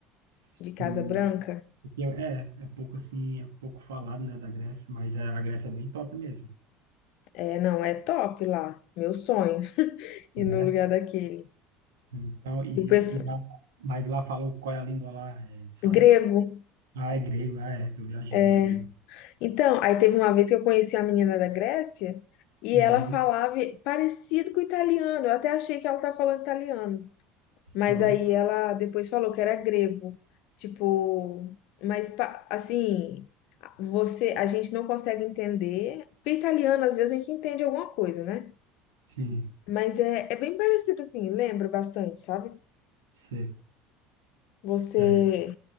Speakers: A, on the right; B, on the left.
A: Sim,
B: de Casa Branca,
A: mas porque é, é pouco assim, é pouco falado, né, da Grécia, mas é, a Grécia é bem top mesmo.
B: é, não, é top lá, meu sonho, <laughs> ir
A: né
B: no lugar daquele.
A: Então, e,
B: E o pessoal,
A: e lá, mas lá falou qual é a língua lá, é, sabe?
B: grego,
A: Ah, é grego, ah, é, tô viajando,
B: é.
A: é grego.
B: Então, aí teve uma vez que eu conheci a menina da Grécia e
A: Uhum,
B: ela falava parecido com italiano, eu até achei que ela estava falando italiano, mas
A: foi.
B: aí ela depois falou que era grego, tipo, mas pa- assim, você, a gente não consegue entender, porque italiano às vezes a gente entende alguma coisa, né?
A: Sim,
B: Mas é, é bem parecido assim, lembra bastante, sabe?
A: sei.
B: Você,
A: É,